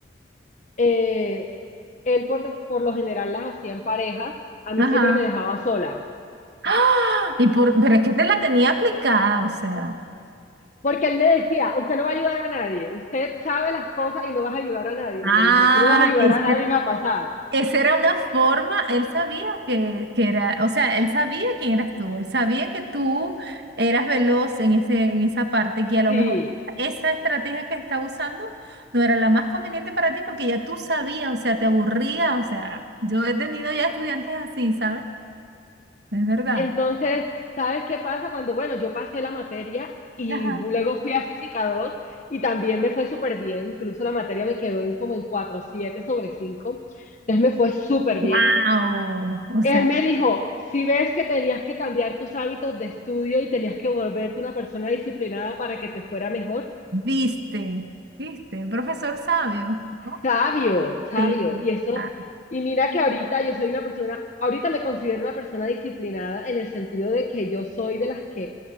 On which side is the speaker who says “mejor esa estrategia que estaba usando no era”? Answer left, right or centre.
Right